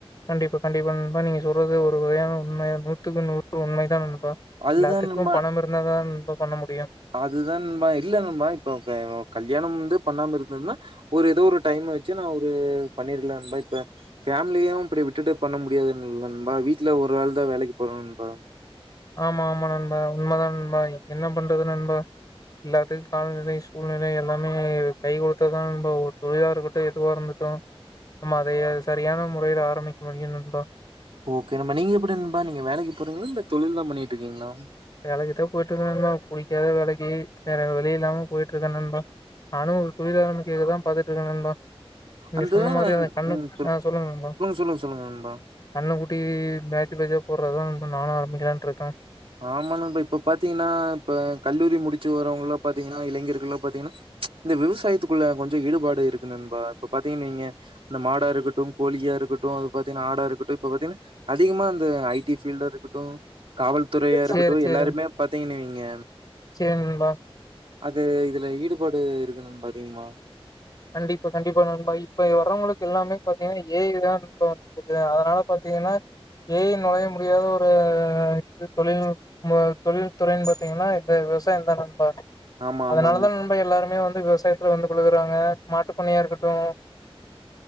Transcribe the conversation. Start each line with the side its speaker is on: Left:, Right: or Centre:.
Left: கண்டிப்பா கண்டிப்பா நண்பா நீங்க சொல்றது ஒரு வகையான உண்மை நூத்துக்கு நூறு உண்மைதான் நண் பா
Right: அதுதான்
Left: எல்லாத்துக்கும்
Right: நண்பா
Left: பணம் இருந்த தான் நண்பா பண்ண மு
Right: அதுதான் நண்பா இல்லநண்பா இப்ப க கல்யாணம் வந்து பண்ணாம இருந்துருந்த ஒரு ஏதோ ஒரு டைம் வச்சு நான் ஒரு பண்ணிடலான்பா இப்ப ஃபேமிலியையும் இப்படி விட்டுட்டு பண்ண முடியாதுன்னு இல்ல நண்பா வீட்டுல ஒரு ஆள் தான் வேலைக்கு போறோம் நண்பா
Left: ஆமா ஆமா நண்பா உண்மைதான் நண்பா என்ன பண்றது நண்பா எல்லாத்துக்கும் கால நிலை சூழ் நிலை எல்லாமே கை கொடுத்ததான் நண்பா ஒரு தொழிலா இருக்கட்டும் எதுவா இருந்துட்டோம் ஆமா அதைய சரியான முறையில ஆரம்பிக்க முடியும் நண்பா
Right: ஓகே நம்ம நீங்க எப்படி நண்பா நீங்க வேலைக்கு போறீங்களா இல்ல தொழில் தான் பண்ணிட்டு இருக்கீங்களா
Left: வேலைக்குதான் போயிட்ருக்கேன் நண்பா புடிக்காத வேலைக்கு வேற வலி இல்லாம போயிட்ருக்கேன் நண்பா நானும் ஒரு தொழிலா நமக்கு இது தான் பாத்து இல்ல நண்பா நீங்க
Right: அந்த
Left: சொன்ன மாரி அந்த கண்ணு
Right: ம்
Left: ஆஹ் சொல்லுங்க நண்பா
Right: சொல்லுங்க சொல்லுங்க நண்பா
Left: கண்ணுக்குட்டி பேஜ் பேட்ஜா போடுறதுதான் நண்பா நானும் ஆரம்பிக்கலான்ருக்கேன்
Right: ஆமா நண்பா இப்ப பாத்தீங்கன்னா இப்ப கல்லூரி முடிச்சு வரவங்கலாம் பாத்தீங்கன்னா இளைஞர்கள்ளா பாத்தீங்கன்னா இந்த விவசாயத்துக்கு குள்ள கொஞ்ச ஈடுபாடு இருக்கு நண்பா இப்ப பாத் நீங்க இந்த மாடா இருக்கட்டும் கோழியா இருக்கட்டும் அது பாத்தீங்கணா ஆடா இருக்கட்டும் இப்ப பாத்தீங்கன்னா அதிகமா இந்த ஐ டி ஃபீல்டு இருக்கட்டும் காவல் துறையா இருக்கட்டும்
Left: சேரி சேரி
Right: எல்லாருமே பாத்தீங்கன் வைங்க
Left: சேரி நண்பா
Right: அது இதுல ஈடுபாடு இருக்கணும்ன்னு பாத்தீங்கமா
Left: கண்டிப்பா கண்டிப்பா நண்பா இப்ப வர்றவங்களுக்கு எல்லாமே பாத்தீங்கன்னா ஏ ஐ தான் நண்பா வந்துக்குது அதனால பாத்தீங்கன்னா ஏ ஐ நொழைய முடியாத ஒரு தொழில் தொழில் துறைன்னு பாார்த்தீங்கன்னா இந்த விவசாயம் தான் நண்பா
Right: ஆமா,
Left: அதனால
Right: ஆமா
Left: தான் நண்பா எல்லாருமே வந்து விவச யத்துல வந்து விழுகுறாங்க மாட்டுப்பண்ணையா இருக்கட்டும்